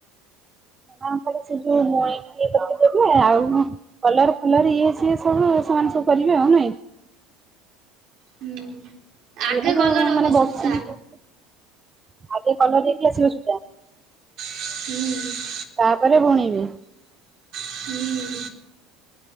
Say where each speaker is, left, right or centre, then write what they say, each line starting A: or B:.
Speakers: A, on the right; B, on the right.
A: <unintelligible> ସେ ଯୋଉ ମଇକି ଏ କରିକି ଦେବେ ଆଉ କଲର ଫଲର ଇଏ ସିଏ ସବୁ ସେମାନେ ସବୁ କରିବେ ଆଉ ନାଇଁ?
B: ହୁଁ।
A: <unintelligible>
B: ଆଗେ କଲର ହବ
A: ମାନେ ବସି
B: ସୂତା
A: ଆଗେ କଲର ଦେଇକି ଆସିବା ସୁଧା।
B: ହୁଁ।
A: ତାପରେ ବୁଣିବେ।
B: ହୁଁ।